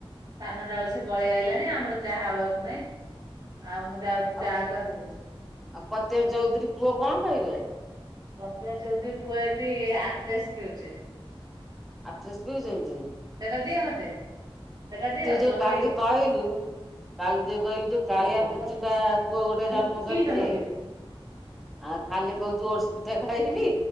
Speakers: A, on the right (about 45°); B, in the centre.
A: ସାଢ଼େ ନଟା ବଳୁ ସେ ପଳେଇ ଆଇଲାଣି ଆମର ଚାହା ହବାକୁ ନାଇଁ। ଆଉ ମୁଁ ଯାଉଚି
B: ଆଉ
A: ଚାହା କରିବି।
B: ଆଉ ପତିମା ଚୌଧୁରୀ ପୁଅ କଣ ଖାଇଲେ?
A: ପ୍ରତିମା ଚୌଧୁରୀ ପୁଅ ଏଠି ଆଫ୍ରେଶ ପିଉଚି।
B: ଆଫ୍ରେଶ ପିଉଚନ୍ତି?
A: ସେଟା ଦିଅ ମତେ। ସେଟା ଦିଅ
B: ତୁ
A: ମୁଁ
B: ଯୋଉ
A: ଲଗେଇବି।
B: କାଲି କହିଲୁ କାଲି ଯଉ କହିଲୁ ଯଉ କାଳିଆ
A: ଲଗେଇବା
B: ପୁଚିଣ୍ଡା ପୁଅ ଗୋଟେ
A: ମୁଁ
B: ଜନ୍ମ
A: ଟିକିଲି
B: କରିଚି
A: ଟା ଲଗେଇବି।
B: ଆଉ ଖାଲି କହୁଚି ଓଟସ୍ ପିଠା ଖାଇବି